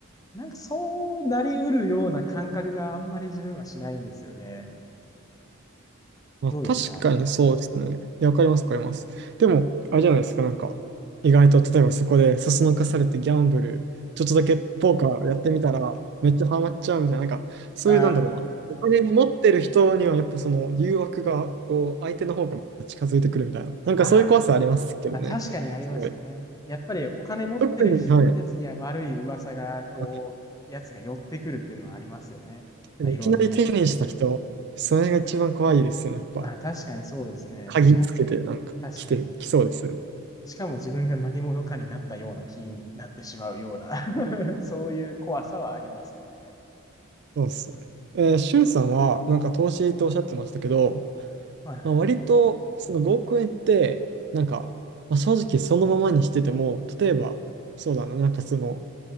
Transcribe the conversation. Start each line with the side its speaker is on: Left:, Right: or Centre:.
Left: なんかそうなりうるような感覚があんまり自分はしないんですよね。
Right: まあ、
Left: どうですか
Right: 確かにそうですね。いや、わかります、わかります。でも、あれじゃないですか、なんか、意外と、例えばそこで、そそのかされてギャンブル、ちょっとだけポーカーやってみたら、めっちゃハマっちゃうみたいな、なんか、そういう、
Left: あ
Right: なんだろうな、お金を持ってる人には、
Left: ー、
Right: やっぱその誘惑が、こう、相手の方から近づいてくるみたいな、なんかそういう怖さありますけどね。
Left: まあ、まあ確かにありますよね。
Right: すごい。
Left: やっぱりお金持ってるやつには悪い噂が、
Right: 特に、はい。
Left: こう、
Right: はい
Left: やつが寄ってくるっていうのはありますよね。
Right: 特にいきなり手にした人、
Left: まあ、いろんな
Right: それが一番怖いですよね、やっぱ。
Left: まあ確かにそうですね。
Right: 鍵つけて、
Left: 自分、
Right: なんか、
Left: 確かに。
Right: 来て、来そうですよね。
Left: しかも自分が何者かになったような気になってしまうような <laughs> そういう怖さはありますよね。
Right: そうっすね。えー、シュンさんは、なんか投資っておっしゃってましたけど、
Left: はいはいはい。
Right: まあ、割と、その5億円って、なんか、まあ、正直そのままにしてても、例えば、そうだな、なんかその、